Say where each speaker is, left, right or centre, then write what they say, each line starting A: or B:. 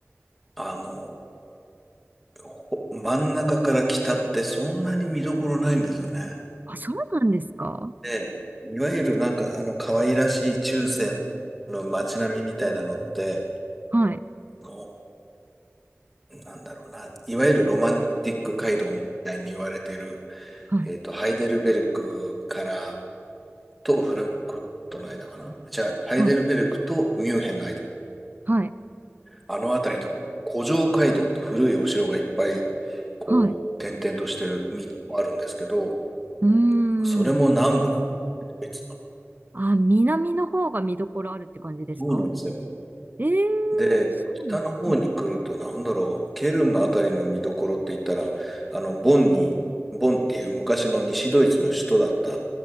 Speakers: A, in the centre; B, on the right.
A: あの、ほ真ん中から北ってそんなに見どころないんですよね。
B: あ、そうなんですか。
A: で、いわゆるなんか、あの、可愛らしい中世の街並みみたいなのって、
B: はい。
A: あの、なんだろうな、いわゆるロマンティック街道みたいに言われてる
B: はい。
A: えっと、ハイデルベルクからとフランクフルトの間かな。じゃあ、ハイデルベルクとミュンヘンの間。
B: はい。はい。
A: あの辺りと、古城街道って古いお城がいっぱい、こう、
B: はい。
A: 点々としてる道もあるんですけど、
B: うー
A: それも南部なの。
B: ん。
A: ドイツの
B: あ、南の方が見どころあるって感じですか
A: そうなんですよ。
B: ええー、
A: で、
B: そうなんだ。
A: 北の方に来ると、
B: はい。
A: なんだろう、ケルンのあたりの見どころって言ったら、あの、ボンに、ボンっていう昔の西ドイツの首都だった